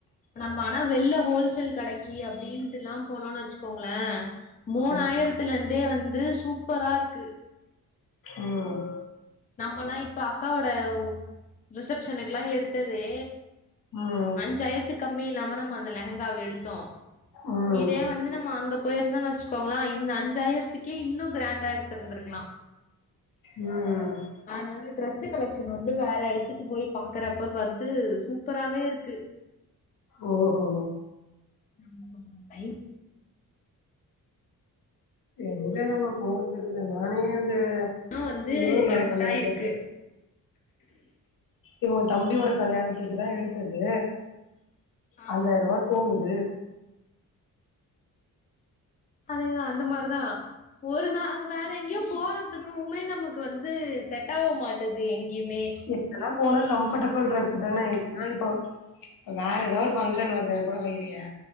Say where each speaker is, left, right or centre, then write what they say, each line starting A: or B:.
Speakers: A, on the left; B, on the left.
A: நம்ம ஆனா வெள்ல ஹோல்சேல் கடைக்கி அப்டின்ட்டுலா போனோன் வச்சுக்கோங்களே மூன்
B: ம்
A: ஆயிரத்துல இந்தே வந்து சூப்பராருக்கு
B: ம்
A: நம்மலா இப்ப அக்காவோடவு ரிசப்ஷனுக்குலா எடுத்ததே
B: ம்
A: அஞ்சாயிரத்துக்கு கம்மி இல்லாம நம்ம அந்த லெகங்காவ எடுத்தோ
B: ம்
A: இதே வந்து நம்ம அங்கப் போயிருந்தோன் வச்சுக்கோங்ளே இந்த அஞ்சாயிரத்துக்கே இன்னு கிராண்டா எடுத்துருந்திருக்லா
B: ம்
A: அதனால டிரெஸ்சு கலெக்ஷன் வந்து வேற எடத்துக்கு போய் பாக்கறப்ப பருத்து சூப்பராவே இருக்கு
B: ஓஹோ
A: நம்ம கொஞ்சோ டை
B: எங்க நம்ம போறதுகுது நானே அந்த
A: ஆ வந்து
B: இவுங்களோட
A: கரெக்டா
B: கல்யாணத்துக்கு
A: இருக்கு
B: இவுங்க தம்பியோட கல்யாணத்துக்குதா எடுத்தது
A: ஆ
B: அஞ்சாயிரவா தூங்குது
A: அதேதா அந்த மாருதா ஒரு நாள் அது வேற எங்கியோப் போறதுக்குவுமே நமக்கு வந்து செட்டாவ மாட்டது எங்கியுமே
B: எங்கனாப் போனா கம்ஃபடெபிள் டிரரெஸ்சுதானே எதுனா இப்போ வேற எதா ஒரு பங்க்ஷன் வருதுங்க கூட வைறியே